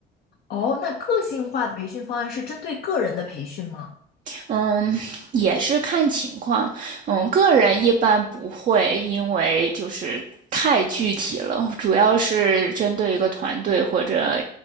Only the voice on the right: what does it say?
嗯，也是看情况。嗯，个人一般不会，因为就是太具体了，主要是针对一个团队或者